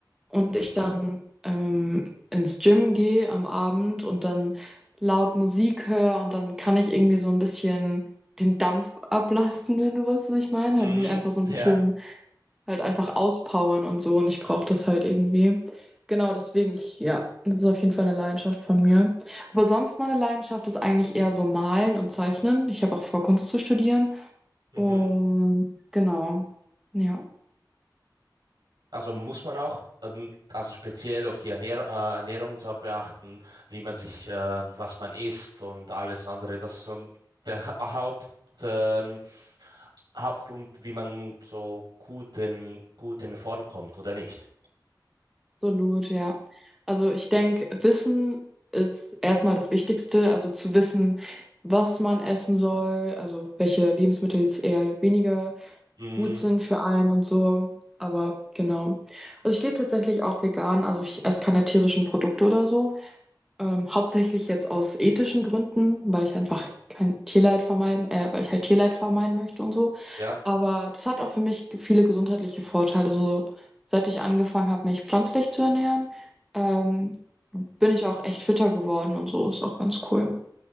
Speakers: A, in the centre; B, on the right (about 65°).
A: und ich dann ähm, ins Gym gehe am Abend und dann laut Musik höre und dann kann ich irgendwie so ein bisschen den Dampf ablassen, wenn du weißt, was ich meine,
B: Mhm,
A: halt mich einfach so ein
B: ja.
A: bisschen halt einfach auspowern und so und ich brauche das halt irgendwie. Genau, deswegen, ich, ja, das ist auf jeden Fall eine Leidenschaft von mir. Aber sonst meine Leidenschaft ist eigentlich eher so Malen und Zeichnen. Ich habe auch vor, Kunst zu studieren.
B: Mhm.
A: Und genau, ja,
B: Also muss man auch, ähm, also speziell auf die Ernährung, äh, Ernährungsart beachten, wie man sich, äh, was man isst und alles andere. Das ist so der Ha- Haupt, ähm, Hauptgrund, wie man so gut in, gut in Form kommt oder nicht.
A: absolut, ja. Also ich denke, Wissen ist erstmal das Wichtigste, also zu wissen, was man essen soll, also welche Lebensmittel jetzt eher weniger
B: Mhm,
A: gut sind für einen und so. Aber genau. Also ich lebe tatsächlich auch vegan, also ich esse keine tierischen Produkte oder so. Ähm, hauptsächlich jetzt aus ethischen Gründen, weil ich einfach kein Tierleid vermeiden, äh, weil ich halt Tierleid vermeiden möchte und so.
B: ja,
A: Aber das hat auch für mich viele gesundheitliche Vorteile. So, seit ich angefangen habe, mich pflanzlich zu ernähren, ähm, bin ich auch echt fitter geworden und so. Ist auch ganz cool.